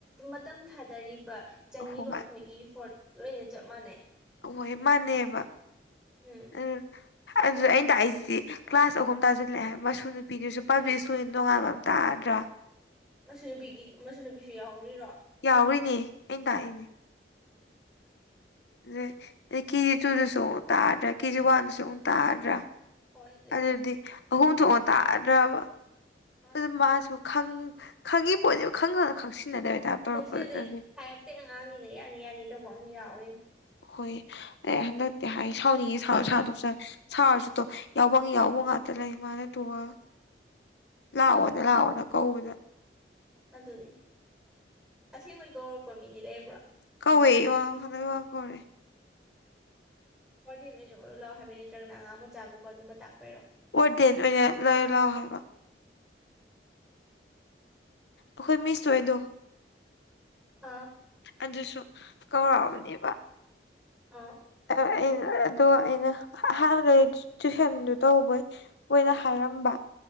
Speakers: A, in the centre; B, on the left.
A: ꯃꯇꯝ ꯊꯥꯗꯔꯤꯕ ꯆꯪꯉꯤꯕ
B: ꯍꯣꯏ
A: ꯑꯩꯈꯣꯏꯒꯤ ꯐꯣꯔꯠ ꯂꯣꯏꯅ ꯆꯞ ꯃꯥꯟꯅꯩ
B: ꯑꯍꯣꯏ ꯃꯥꯅꯦꯕ
A: ꯎꯝ
B: ꯎ ꯑꯗꯨꯗ ꯑꯩꯅ ꯇꯥꯛꯏꯁꯤꯗꯤ ꯀ꯭ꯂꯥꯁ ꯑꯍꯨꯝ ꯇꯥꯁꯤꯜꯂꯛꯑꯦ ꯃꯁꯨ ꯅꯨꯄꯤꯗꯨꯁꯨ ꯄꯥꯕ꯭ꯂꯤꯛ ꯏꯁꯇꯨꯗꯦꯟ ꯇꯣꯉꯥꯟꯕ ꯑꯃ ꯇꯥꯗ꯭ꯔꯥ
A: ꯃꯆ ꯅꯨꯄꯤꯒꯤ ꯃꯆ ꯅꯨꯄꯤꯁꯨ ꯌꯥꯎꯔꯤꯔꯣ
B: ꯌꯥꯎꯔꯤꯅꯦ ꯑꯩꯅ ꯇꯥꯛꯏꯅꯦ ꯑꯗꯨ ꯀꯦꯖꯤ ꯇꯨꯗꯁꯨ ꯑꯃꯨꯛ ꯇꯥꯗ꯭ꯔꯥ ꯀꯦꯖꯤ ꯋꯥꯟꯗꯁꯨ ꯑꯃꯨꯛ ꯇꯥꯗ꯭ꯔꯥ
A: ꯍꯣꯏ ꯑꯗꯨꯅꯤ
B: ꯑꯗꯨꯗꯤ ꯑꯍꯨꯝ ꯊꯣꯛꯅ ꯇꯥꯗ꯭ꯔꯕ
A: ꯃꯥꯅꯤ
B: ꯑꯗꯨ ꯃꯥꯁꯨ ꯈꯪ ꯈꯪꯉꯤ ꯄꯣꯠꯅꯦꯕ ꯈꯪꯉꯒ ꯈꯪꯁꯤꯟꯅꯗꯕꯩ ꯇꯥꯏꯞ ꯇꯧꯔꯛꯄꯗꯨꯗꯅꯦ
A: ꯈꯪꯁꯤꯟꯅꯗꯦ ꯍꯥꯏꯔꯛꯇꯦ ꯑꯉꯥꯡꯅꯤꯅ ꯌꯥꯅꯤ ꯌꯥꯅꯤ ꯇꯧꯕ ꯑꯃ ꯌꯥꯎꯔꯤꯅꯤ
B: ꯍꯣꯏ ꯑꯩ ꯍꯟꯗꯛꯇꯤ ꯍꯥꯏ ꯁꯥꯎꯅꯤꯡꯉꯦ ꯁꯥꯎꯔ ꯁꯥꯎ ꯇꯣꯛꯆꯧ ꯁꯥꯎꯔꯁꯨ ꯇꯣꯛ ꯌꯥꯎꯕꯝꯒꯤ ꯌꯥꯎꯕꯝ ꯉꯥꯛꯇ ꯂꯩ ꯃꯥꯅ ꯇꯣꯡꯉꯒ ꯂꯥꯛꯑꯣꯅ ꯂꯥꯛꯑꯣꯅ ꯀꯧꯕꯗ
A: ꯑꯗꯨꯅꯤ ꯑꯁꯦꯡꯕꯩ ꯀꯧꯔꯛꯄ ꯃꯤꯗꯤ ꯂꯩꯕ꯭ꯔꯣ
B: ꯀꯧꯋꯦ <unintelligible> ꯀꯧꯔꯦ
A: ꯋꯥꯔꯗꯦꯟ ꯑꯣꯏꯅ ꯑꯣꯏꯔꯨ ꯂꯥꯛꯑꯣ ꯍꯥꯏꯕꯩ ꯅꯠꯇ꯭ꯔꯒꯅ ꯑꯉꯥꯡ ꯃꯆꯥꯒꯨꯝꯕ ꯑꯗꯨꯨꯝꯕ ꯇꯥꯛꯄꯩꯔꯣ
B: ꯋꯥꯔꯗꯦꯟ ꯑꯣꯏꯅ ꯂꯩꯔꯣ ꯂꯥꯎ ꯍꯥꯏꯕ ꯑꯈꯣꯏ ꯃꯤꯁ ꯍꯣꯏꯗꯣ
A: ꯑꯥ
B: ꯑꯗꯨꯁꯨ ꯀꯧꯔꯛꯑꯕꯅꯦꯕ
A: ꯑ
B: ꯑꯩꯅ ꯑꯗꯣ ꯑꯩꯅ ꯑꯍꯥꯟꯕꯩ ꯇꯨꯏꯁꯟꯗꯨ ꯇꯧꯕꯩ ꯃꯣꯏꯅ ꯍꯥꯏꯔꯝꯕ